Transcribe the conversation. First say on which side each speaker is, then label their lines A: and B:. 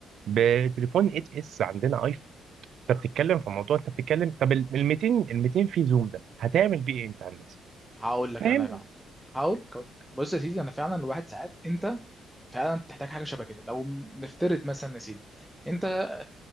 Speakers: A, on the right; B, in the centre.
A: بتليفون 8 اس عندنا ايفون انت بتتكلم في موضوع انت بتتكلم طب ال 200 ال 200 في زوم ده هتعمل بيه ايه انت يا هندسه؟
B: هقول لك
A: فاهم
B: انا يا معلم هقول لك هقول لك بص يا سيدي انا فعلا الواحد ساعات انت فعلا تحتاج حاجه شبه كده لو نفترض مثلا يا سيدي انت